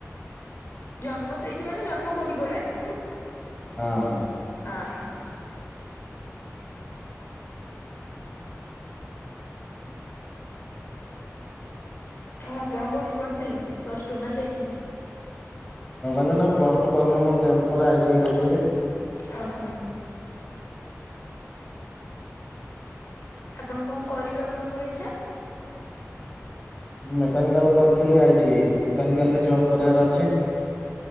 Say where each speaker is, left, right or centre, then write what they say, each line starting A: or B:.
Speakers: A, on the left; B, on the left.
A: ଜନ୍ମ ସେଇଠି ମାନେ ଜନ୍ମ କୋଉଠି ଗୋଡାରେ?
B: ହଁ।
A: ଓହୋ। ଆଉ ଆପଣ କୋଉଠି ପଢିଥିଲେ ପ୍ଲସ ଟୁ ନା ସେଇଠି?
B: ନ କହିଲେ ନା ପ୍ଲସ ଟୁ କରିନି ମୁଁ ଟେନ୍ଥ ପରେ ଆଇ ଟି ଆଇ କରିଥିଲି।
A: ଓହୋ। ଆପଣ କଣ କରିବେ ଆପଣଙ୍କର ଇଚ୍ଛା?
B: ମୁଁ ମେକାନିକାଲ କରିଥିଲି ଆଇ ଟି ଆଇ ମେକାନିକାଲ ରେ ଜବ୍ କରିବାର ଅଛି।